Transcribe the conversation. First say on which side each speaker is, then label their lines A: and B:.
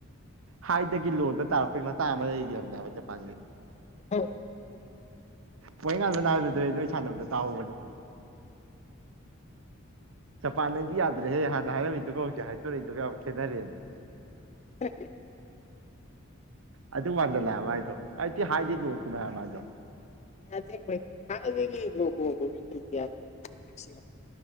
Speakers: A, on the right; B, on the left.
A: ꯍꯥꯏꯗꯒꯤ ꯂꯣꯟꯗ ꯇꯥꯔꯛꯄꯩ ꯃꯆꯥ ꯑꯃ ꯂꯩꯈꯤꯕꯅꯦꯕ ꯖꯄꯥꯟꯁ
B: ꯍꯥꯏꯕ
A: ꯄꯣꯔꯩꯉꯥꯟꯕꯅ ꯍꯥꯏꯕꯗꯨꯅꯦ ꯈꯟꯅꯕꯗ ꯇꯥꯎꯕꯅꯦ ꯖꯄꯥꯟ ꯅꯪꯗꯤ ꯌꯥꯗ꯭ꯔꯦꯍꯦ ꯍꯥꯟꯅ ꯍꯥꯏꯔꯝꯃꯤꯗꯨꯒ ꯍꯧꯖꯤꯛ ꯍꯥꯏꯗꯣꯔꯛꯏꯗꯨꯒ ꯌꯥꯝ ꯈꯦꯠꯅꯔꯦꯅ
B: <inaudible>
A: ꯑꯗꯨ ꯋꯥꯟꯖꯜꯂꯥꯛꯑꯦ ꯃꯥꯏꯗꯣ ꯍꯥꯏꯗꯤ ꯊꯤ ꯍꯥꯏꯗꯒꯤ ꯂꯣ ꯀꯨꯝꯃꯦ ꯍꯥꯏꯕ ꯃꯥꯗꯣ
B: <unintelligible> ꯍꯥꯏꯕꯒ ꯂꯁꯤ